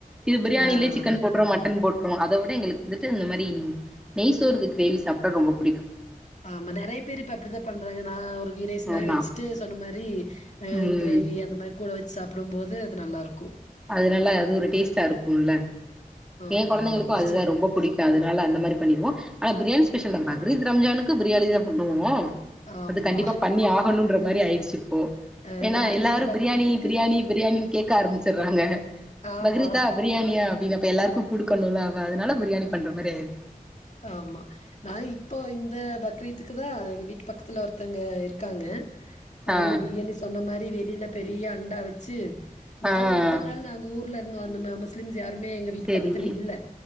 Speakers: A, in the centre; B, on the left.
A: இது பிரியாணிலயே
B: ஆ.
A: சிக்கன் போட்றோ மட்டன் போட் அத வுட எங்ளுக்கு வந்துட்டு இந்த மாரி நெய்சோறு கிரேவி சாப்ட்டா ரொம்ப புடிக்கு
B: ஆமா நெறைய பேரு இப்ப அப்டித்தா பண்றாங்க நா ஒரு கீ ரைஸ் மாரி
A: ஆமா
B: வெச்சுட்டு சொன்ன மாரி அ
A: ம்
B: கிரேவி அந்த மாரி கூட வெச்சு சாப் டும்போது அது நல்லாருக்கு
A: அத நல்ல அது ஒரு டேஸ்ட்டா இருக்குல்ல
B: ஓ!
A: எ கொழந்தைளுக்கு
B: ஓ!
A: அதுதா
B: சரி.
A: ரொம்ப புடிக்கு அதுனால அந்த மாரி பண்ணிருவோ ஆனா பிரியாணி அகேசன்ல பக்ரீத் ரம்ஜானுக்கு பிரியாணிதா பண்ணுவோ
B: ஆமா.
A: அது கண்டிப்பா பண்ணி ஆகணுன்ற மாரி ஆயி ருச்சு இப்போ
B: அ
A: ஏனா
B: நாங்க
A: எல்லாரு
B: இந்த பக்ரீத்துக்கு
A: பிரியாணி பிரியாணி பிரியாணினு கேக்க ஆரம்பிச் சறாங்க
B: ஆமா,
A: பக்ரீத்தா பிரியாணியா அப்டின் அப்ப எல்லாருக்கு குடுக்கணுல்ல அவ அதனால பிரியாணி பண்ற மாரி ஆயிரு
B: ஆமா நா இப்போ இந்த பக்ரீத்துக்கு தா எங்க வீட்டு பக்கத்துல ஒருத்தவ்ங்க இருக்காங்க அவ்ங்க
A: ஆ
B: பிரியாணி சொன்ன மாரி வெ வெளில பெரிய அண்டா வச்சு நாங்க
A: ஆ
B: இத்தன் நாள் நாங்க ஊர் ல இருந்து வந்த ம முஸ்லிம்ஸ் யாருமே எங்க வீட்டு
A: செரி
B: பக்கத்துல இல்ல